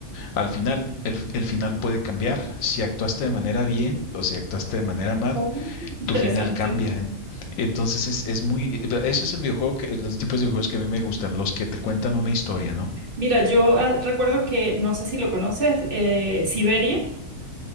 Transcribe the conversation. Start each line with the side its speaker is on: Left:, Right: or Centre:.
Left: Al final, el, el final puede cambiar. Si actuaste de manera bien o si actuaste de manera mal,
Right: Oh, Interesante.
Left: tu final cambia. En- Entonces es, es muy, eh, ese es el videojuego que, los tipos de videojuegos que a mí me gustan, los que te cuentan una historia, ¿no?
Right: Mira, yo ah, recuerdo que, no sé si lo conoces, eh, Siberia